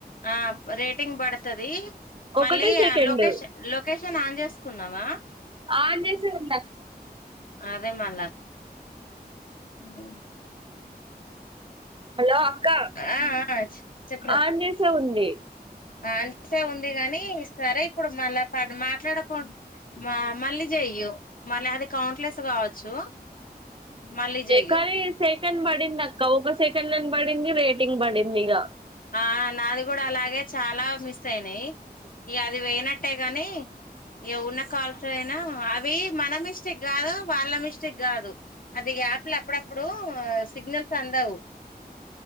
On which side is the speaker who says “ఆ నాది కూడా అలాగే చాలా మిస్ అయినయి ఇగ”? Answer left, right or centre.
Left